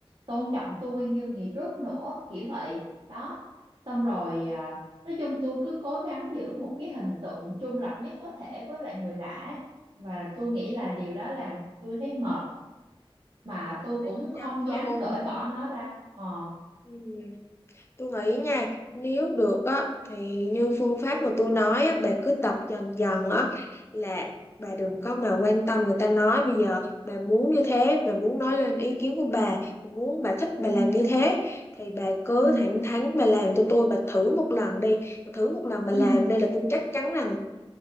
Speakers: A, on the right; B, on the left.
A: tôn trọng tôi như ngày trước nữa kiểu vậy đó xong rồi à, nói chung tôi cứ cố gắng giữ một cái hình tượng trung lập nhất có thể với lại người lạ ấy. và tôi nghĩ là điều đó làm tôi thấy mệt mà tôi cũng
B: chắc chắn
A: không
B: luôn
A: dám cởi bỏ nó ra ờ
B: ừ. Tôi nghĩ nha, nếu được á thì như phương pháp mà tôi nói á, bà cứ tập dần dần á là bà đừng có mà quan tâm người ta nói bây giờ bà muốn như thế, bà muốn nói lên ý kiến của bà, bà muốn bà thích bà
A: ừ
B: làm như thế thì bà cứ
A: ừ
B: thẳng thắn bà làm cho tôi, bà thử một lần đi, bà thử một lần bà
A: ừ
B: làm đi là tôi chắc chắn rằng